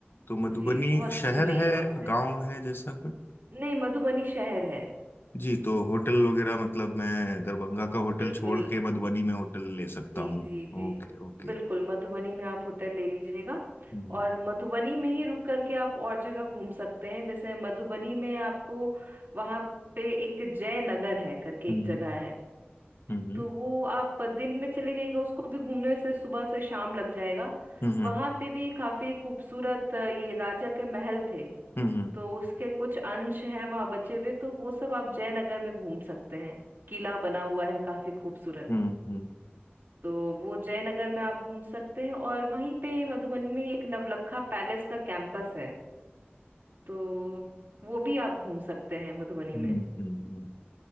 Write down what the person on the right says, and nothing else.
जी बहुत
दूर नहीं
है वहां से
नहीं मधुबनी शहर है
बिल्कुल
जी
जी जी
बिल्कुल मधुबनी में आप होटल ले लीजिएगा
और मधुबनी में ही रुक करके आप और जगह घूम सकते हैं जैसे मधुबनी में आपको वहां पे एक जय नगर है करके
एक जगह है
तो वो आप दिन में चले जाइएगा उसको भी घूमने से सुबह से शाम लग जाएगा
वहां पे भी काफी खूबसूरत अ, ये राजा के महल थे
तो उसके कुछ अंश हैं वहां बचे हुए तो वो सब आप जयनगर में घूम सकते हैं किला बना हुआ है काफी खूबसूरत
तो वो जयनगर में आप घूम सकते हैं और वहीं पे मधुबनी में ही एक नवलखा पैलेस का कैंपस है तो वो भी आप घूम सकते हैं मधुबनी
में